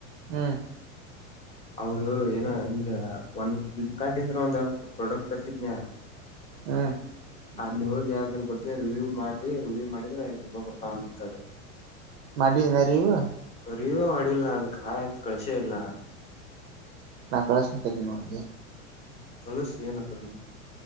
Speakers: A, on the right; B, on the left.
A: ಹ್ಮ್
B: ಅವರು ಏನ ಈಗ ಒಂದ್ ಫ್ಲಿಪ್ಕಾರ್ಟ್ ಇಂದ್ರ ಒಂದ ಪ್ರಾಡಕ್ಟ್ ತರ್ಸಿದ್ನಯ
A: ಹಾ
B: ಅಲ್ಲಿಲ್ಲಿ ಹೋಗಿ ಅದ್ರ ಬಗ್ಗೆ ರಿವ್ಯೂ ಮಾಡ್ರಿ ರಿವ್ಯೂ ಮಾಡಿದ್ರೆ ಐದು ರೂಪಾಯಿ ಬರ್ತಾಂದಿರ್ತದೆ
A: ಮಾಡಿದಿನ ರೀವು
B: ಸರಿದೂ ಅಡಿಲ್ಲ ಅದ ಕಾಯತ್ ಕಳಸೇ ಇಲ್ಲ
A: ನಾಕಳಸ್ ನತ ನಿ ಮೆ
B: ಕಳಸು ಏನ ಕರ್ಮ